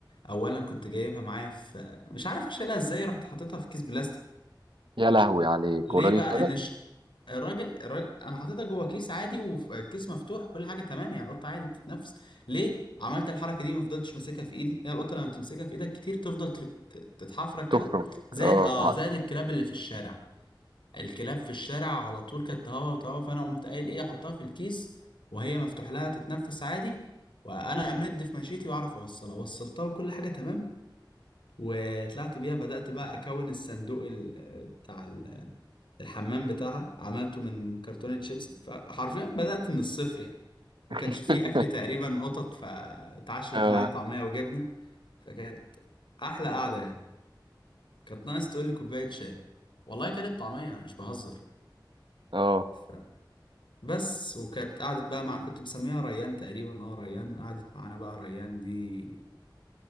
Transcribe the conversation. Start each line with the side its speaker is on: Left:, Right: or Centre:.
Left: اولا كنت جايبها معايا في مش عارف اشيلها ازاي رحت حاططها في كيس بلاستيك
Right: يا لهوي عليك
Left: ليه
Right: والراجل
Left: بقى
Right: سابك
Left: ان ش... الراجل الراجل انا حاططها جوه كيس عادي وكيس مفتوح كل حاجه تمام يعني القطه عادي بتتنفس ليه عملت الحركه دي ما فضلتش ماسكها في ايدي يعني القطه لما تمسكها في ايدك كتير تفضل ت- ت- تتحفرك كده
Right: تفرج
Left: زائد
Right: اه
Left: اه
Right: طبعا
Left: زائد الكلاب اللي في الشارع الكلاب في الشارع على طول كانت تهوى وتهوى فانا قمت قايل ايه احطها في الكيس وهي مفتوح لها تتنفس عادي وانا امد في مشيتي واعرف اوصلها وصلتها وكل حاجه تمام وطلعت بيها بدأت بقى اكون الصندوق ال- بتاع الحمام بتاعها عملته من كرتونة شيبسي فحرفيا بدأت من الصفر يعني وكانش
Right: <laughs>
Left: فيه أكل تقريبا قطط فاتعشت
Right: اه
Left: معايا طعمية وجبنة فكانت أحلى قعدة يعني كانت ناقص تقول لي كوباية شاي والله كانت طعمية أنا مش بهزر
Right: اه
Left: ف... بس وكانت قعدت بقى مع كنت مسميها ريان تقريبا اه ريان قعدت معانا بقى ريان دي